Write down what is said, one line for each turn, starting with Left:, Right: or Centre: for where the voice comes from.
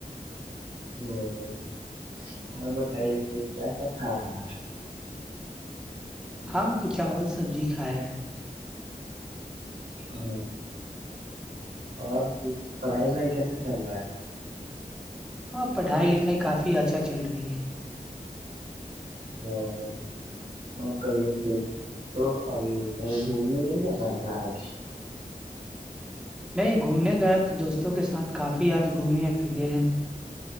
Right: ہ <inaudible> اور بتائیے پھر کیا کیا کھائے ہیں آپ
Centre: ہم تو چاول سبزی کھائے ہیں
Right: ہ اور پڑھائی وڑھائی کیسا چل رہا ہے
Centre: ہاں پڑھائی لکھائی کافی اچھا چل رہی ہے
Right: ہ اور کہے پھر تو ابھی کہیں گھومنے نہیں جا رہا ہیں آج
Centre: نہیں گھومنے گیا تھا دوستوں کے ساتھ کافی آج گھومے ہیں پھرے ہیں